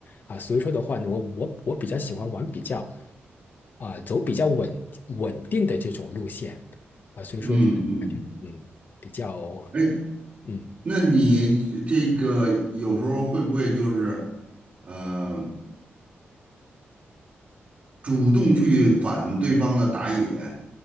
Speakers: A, on the left; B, on the right.
A: 啊，所以说的话呢，我我我比较喜欢玩比较啊、走比较稳稳定的这种路线啊，所以说啊，
B: 嗯嗯，
A: 这种嗯比较
B: 哎，
A: 嗯。
B: 那你这这个有时候会不会就是，呃，主动去反对方的打野，